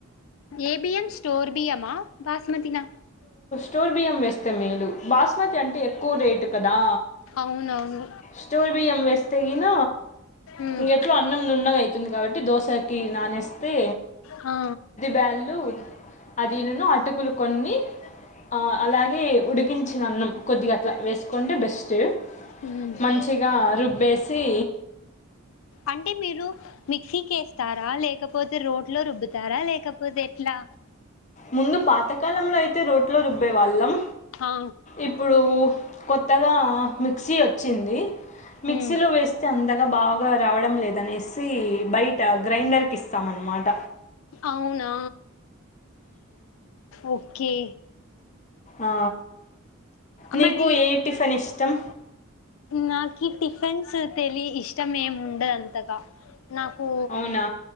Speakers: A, on the left; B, on the left.
A: ఏ బియ్యం స్టోర్ బియ్యమ బాస్మతినా?
B: టోర్ బియ్యం వేస్తే మేలు బాస్మతి అంటే ఎక్కువ రేటు కదా
A: అవునవును
B: స్టోర్ బియ్యం వేస్ పోయిన
A: ఉమ్
B: ఇం ఎట్లా అన్నం నున్నది వతుంది కాబట్టి దోశకి నానేస్తే
A: హా
B: వాళ్ళు అదిల్లు అటుకులు కొన్ని ఆ అలాగే ఉడికించిన అన్నం కొద్దిగ అట్లా వేసుకుంటే బెస్ట్
A: ఉమ్
B: మంచిగా రు బేసి
A: అంటే మీరు మిక్సీకి వేస్తారా లేకపోతే రోడ్లో రుబ్బుతారా లేకపోతే ఎట్లా
B: ముందు పాతకాలంలో అయితే రోట్లో రుబ్బే వాళ్ళం
A: ఆ
B: ఇప్పుడు కొత్తగా మిక్సీ వచ్చింది మిక్సీ
A: ఉమ్
B: లో వేస్తే అందా ఇగ బాగా రావడం లేదనేసి బయట గ్రైండర్కి ఇస్తామ్ అనమాట
A: అవునా ఓకే
B: ఆ నీకు
A: మరి
B: ఏ టిఫిన్ ఇష్ టం
A: నాకి టిఫిన్స్ తెలి ఇష్టం ఏం ఉండదంతగా నాకు
B: అవునా